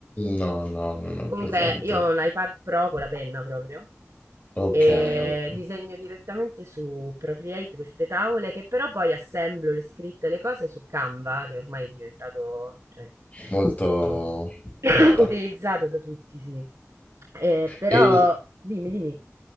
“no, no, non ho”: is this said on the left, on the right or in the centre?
Left